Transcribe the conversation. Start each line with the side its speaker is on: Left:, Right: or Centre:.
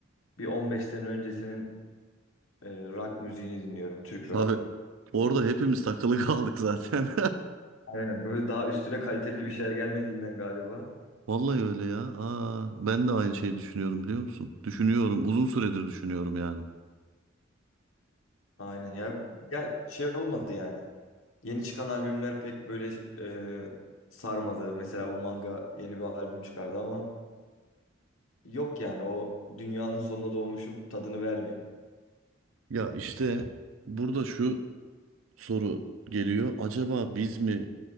Left: bir 15 sene öncesinin e, rock müziğini dinliyorum. Türk rock.
Right: Tabii orada hepimiz takılı kaldık zaten.
Left: Aynen böyle daha üstüne kaliteli bir şeyler gelmediğinden galiba.
Right: <laughs> Vallahi öyle ya. Aa, ben de aynı şeyi düşünüyorum biliyor musun? Düşünüyorum, uzun süredir düşünüyorum yani.
Left: Aynen ya. Gel şey olmadı yani. Yeni çıkan albümler pek böyle e, sarmadı. Mesela bu Manga yeni bir albüm çıkardı ama Yok yani o dünyanın sonuna doğmuşum tadını vermiyor.
Right: Ya işte burada şu soru geliyor. Acaba biz mi